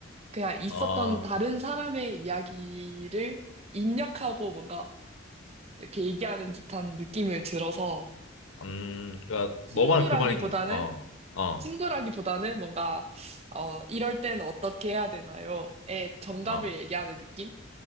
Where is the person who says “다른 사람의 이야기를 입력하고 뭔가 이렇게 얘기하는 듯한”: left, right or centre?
Right